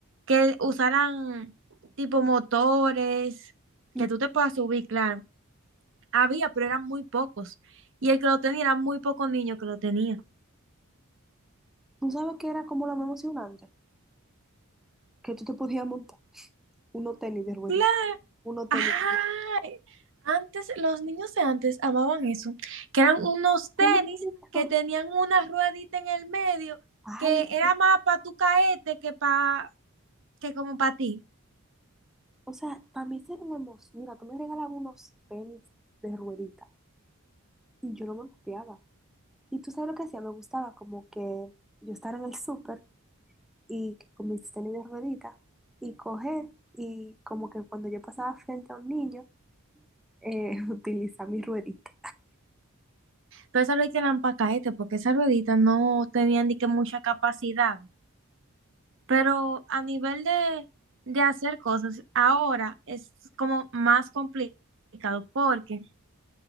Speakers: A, on the right; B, in the centre.
A: que usaran tipo motores,
B: Ujú.
A: que tú te puedas subir, claro. Había, pero eran muy pocos. Y el que lo tenía, eran muy pocos niños que lo tenían.
B: ¿Tú sabes qué era como lo más emocionante? Que tú te podías montar unos tenis de ruedita,
A: Claro.
B: unos tenis,
A: Ay, antes, los niños de antes amaban eso, que eran unos tenis
B: unos tenis de
A: que
B: ruedita.
A: tenían una ruedita en el medio,
B: Ay,
A: que era
B: no,
A: más para tu caete que pa que como para ti.
B: o sea, para mí esa era la emoción. Mira, tú me regalabas unos tenis de ruedita y yo no me los pillaba. Y tú sabes lo que hacía, me gustaba como que yo estar en el súper. y que- con mis tenis de rueditas y coger y como que cuando yo pasaba frente a un niño, eh, <laughs> utilizar mi ruedita.
A: Pero esas rueditas eran para caete, porque esas rueditas no tenían ni que mucha capacidad. Pero a nivel de, de hacer cosas, ahora es como más complicado, porque